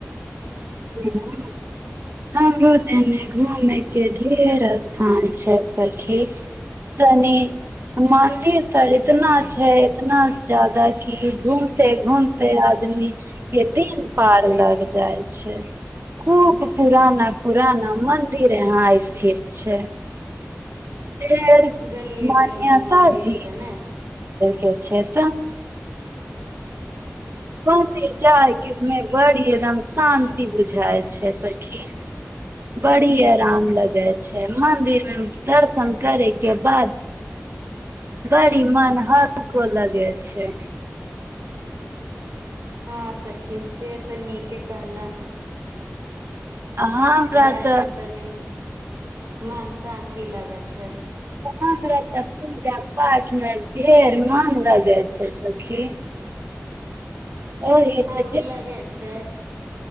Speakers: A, on the right (about 50°); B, on the right (about 80°).
A: <inaudible> हमरो देने घूमे के ढेर स्थान छै सखी तनि मन्दिर तर इतना छै इतना जादा कि घूमते घूमते आदमी के दिन पार लाग जाइ छै खूब पुराना पुराना मन्दिर यहाँ स्थित छै फेर
B: गलियै
A: मान्यता
B: गलियै मन्दिर
A: भी
B: छै ने
A: के छै तऽ मन्दिर जायके मे बड़ी एकदम शान्ति बुझाय छै सखी बड़ी आराम लगै छै मन्दिर मे दर्शन करे के बाद बड़ी मन हल्को लगे छै
B: हँ सखी से तऽ नीके कहलह
A: आ हमरा
B: जायसे
A: तऽ
B: तनी मन शान्ति लागै छै
A: <unintelligible> पार्टमेंट ढेर मग लगे छै सखी ओहि
B: हमरो
A: से
B: लगे छै